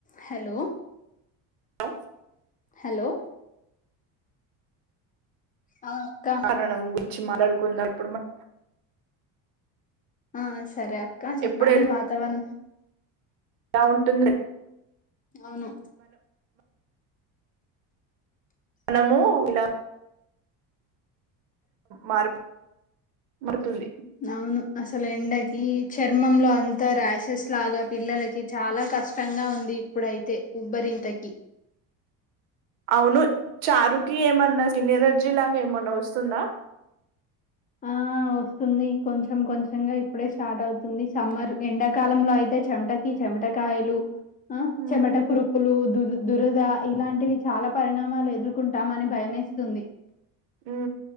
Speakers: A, on the left (about 20°); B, on the right (about 75°).
A: Hello
B: hello
A: hello ఆ అక్క
B: కనడం గు మంచి మాట్లాడుకున్నప్పుడు మ
A: ఆ సరే అ ఇంకా చెప్పండి
B: ఎప్పుడు
A: వాతావరణ్
B: ఎలా ఉంటుంద్
A: అవును
B: మనము ఇలా మారిపొ మరుతుంది
A: అవును అసలు ఎండయి ఈ చర్మంలో అం తా ర్యాషెస్ లాగా పిల్లలకి చాలా కష్టంగా ఉంది ఇప్పుడైతే ఉబ్బరింతకి
B: అవును చారుకి ఏమన్నా స్కిన్ యలర్జీ లాగా ఏమన్నా వస్తుందా
A: ఆ వస్తుంది కొంచెం కొంచెంగా ఇప్పుడే స్టార్ట్ అవుతుంది సమ్మర్ ఎండాకాలంలో అయితే చెమటకి చెమటకాయలు ఆ
B: ఉమ్
A: చెమట కురుపులు దు దురద ఇలాంటివి చాలా పరిణామాలు ఎదుర్కొంటాం అని భయమేస్తుంది
B: ఉ